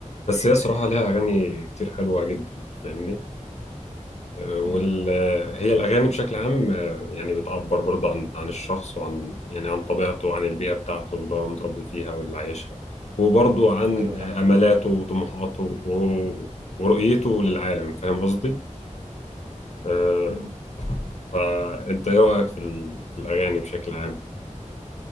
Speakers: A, on the left; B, on the right.
A: بس هي صراحة ليها أغاني كتير حلوة جدا فاهمني آه، وال
B: أمم،
A: آه، هي الأغاني بشكل عام آه، يعني بتعبر برضه عن عن الشخص وعن يعني عن طبيعته وعن البيئة بتاعته اللي هو متربي فيها واللي عايشها وبرضه عن
B: ايوه
A: آه،
B: ده حقيقي
A: أملاته وطموحاته و- ورؤيته للعالم فاهم قصدي؟ آه،
B: أمم.
A: فأنت إيه رأيك في ال- في الأغاني بشكل عام؟